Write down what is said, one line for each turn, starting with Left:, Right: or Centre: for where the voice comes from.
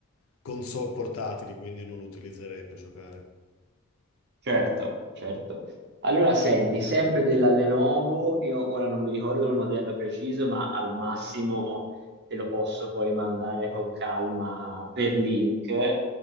Left: console portatili, quindi non lo utilizzerei per giocare.
Right: Certo, certo. Allora, senti, sempre della Lenovo, io ora non mi ricordo il modello preciso, ma al massimo te lo posso poi mandare con calma per link.